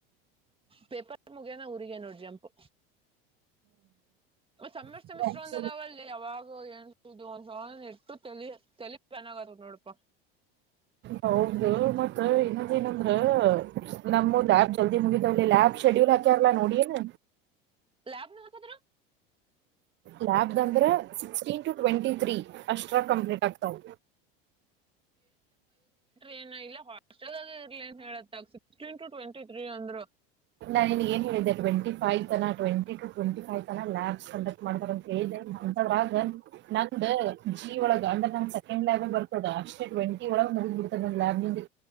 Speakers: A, on the right; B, on the right.
A: ಪೇಪರ್ ಮುಗೇನ ಊರಿಗೆ ನೋಡ್ ಜಂಪು ಸಮ್ಮಿಶ್ರ
B: ಹ್ಮ್
A: ಸಮ್ಮಿಶ್ರ ಒಂದ ಅದಾವ ಅಲ್ಲ ಅವಾವು ನ್ ಒಂದ್ ಸ ಇಟ್ಟು ತಲಿ ತಲಿ ಚೆನ್ನಾಗತ್ ನೋಡಪಾ
B: ಹೌದದು ಮತ್ತ ಇನ್ನೊಂದ್ ಏನಂದ್ರ ನಮಬ್ ಜಲ್ದಿ ಮುಗಿದವಲ್ಲಿ ಆಬ್ ಶೆಡ್ಯೂಲ್ ಹಾಕ್ಯಾರಲ್ಲ ನೋಡಿನ್
A: ಲಾಬ್ಪ ನೋತದರು
B: ಲ್ಯಾಬ್ ಅಂದ್ರೆ ಸಿಕ್ಸ್ಟೀನ್ ಟು ಟ್ವೆಂಟಿ ತ್ರಿ ಎ ಕಂಪ್ಲಿಟ್ ಆಗ್ತವು
A: ಏ ಇಲ್ಲ ಹಾಸ್ಟೆಲ್ ಇರ್ಲಿಏನ್ ಹೇಳತ್ತ ಸಿಕ್ಸ್ಟೀನ್ ಟು ಟ್ವೆಂಟಿ ತ್ರೀ ಅಂದ್ರು
B: ನಾನ್ ಏ ಹೇಳಿದ್ದ ಟ್ವೆಂಟ ಫೈತನ ಟ್ವೆಂಟ ಟ ಟ್ವೆಂಟಿ ವ್ ತನ ಲಾಸ್ಟ್ ಮಾಡ್ತಾರಂತ ಹೇಳ್ದ ಅಂತ ರಾಗ ನಂದು ಮಜಿ ಒಳಗ್ ಅಂದ್ರೆ ನನ್ ಸೆಕೆಂಡ್ ಲಾಬ್ ಬರ್ತದ ಅಷ್ಟೇ ಟ್ವೆಂಟಿ ಒಳಗ್ ನ ಬಿಡ್ತದೆ ನನ್ ಲ್ಯಾಬ್ನಲ್ಲಿ